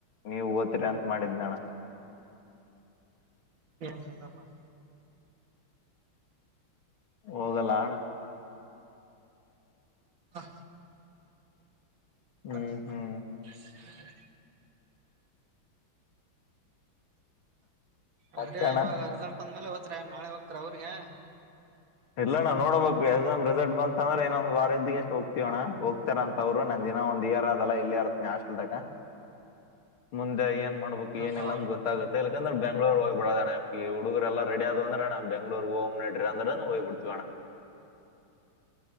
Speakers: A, on the left; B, on the right.
A: ನೀವ್ ಓದ್ತಿರಿ ಅಂತ ಮಾಡಿದ್ ನಣ
B: ಹಲ್ಲ ಬ <unintelligible>
A: ಹೋಗಲ್ಲ ಹಣ
B: ಹಾ
A: ಹ್ಮ್
B: ಬ <unintelligible>
A: ಹ್ಮ್ ಮತ್ತೆ
B: ಅಂದ್ರೆ
A: ಅಣ್ಣ
B: ಇವಾಗ ರಿಸಲ್ಟ್ ಬಂದ್ಮೇಲೆ ಹಓದ್ತ್ರ ನಾಳೆ ಹೋಗ್ತಾರ ಅವ್ರಿಗೆ <unintelligible>
A: ಇಲ್ಲಣ್ಣ ನೋಡ್ಬೇಕು ಎಕ್ಸಾಮ್ ರಿಸಲ್ಟ್ ಬಂತ ಅಂದ್ರೆ ಇನ್ನೊಂದ ವಾರದ್ದಿಗೆಷ್ಟ ಹೋಗ್ತವೋಣ ಹೋಗ ಇತಾರ ಅಂತ ಅವ್ರು ನಂದ ದಿನ ಒಂದಂದು ಏರ್ ಅದಲ್ಲ ಇಲ್ಲಿ ಇರತ್ತೆ ಹಾಸ್ಟೆನಿಯಾಗ ಮುಂದೆ ಏನ್ ಮಾಡ್ಬೇಕಕ್
B: ಹ
A: ಏನಿಲ್ಲ
B: ಹಾ
A: ಅಂತ ಗೊತ್ತಾಗೆಕಂದ್ರ ಬ್ಯಾಕ್ <unintelligible> ಬೆಂಗಳೂರು ಹೋಗ್ಬಡೋೆ ಈ ಹುಡುಗರು ಎಲ್ಲ ರೆಡಿ ಆದ ಅಂದ್ರೆ ಬೆಂಗಳೂರು ಹೋ ನಡಿ ಅ್ರ ಹೋಗ್ ಬಿಡ್ತವಾನೆ <unintelligible>